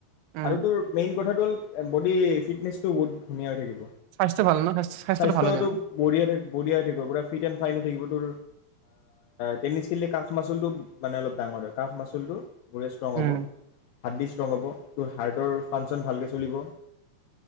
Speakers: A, on the right; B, on the left.
A: উম
B: আৰু তোৰ মেইন কথাটো হল বডি ফিটনেছটো বহুত ধুনীয়া হৈ থাকিব
A: স্বাস্থ্য ভাল ন স্বাস্থ্য স্বাস্থ্যটো
B: স্বাস্থ্যতটো
A: ভাল হৈ যায় ন
B: বঢ়িয়া থাক বঢ়িয়াই থাকিব পুৰা ফাইনেলি থাকিব তোৰ টেনিছ খেলিলে কাফ মাচুলটো মানে অলপ ডাঙৰ হয় কাফ মাচুলটো গোৰে ষ্ট্ৰং
A: উম
B: হ'ব হাত দি ষ্ট্ৰং হ'ব তোৰ হাৰ্টৰ ফাংচন ভালকৈ চলিব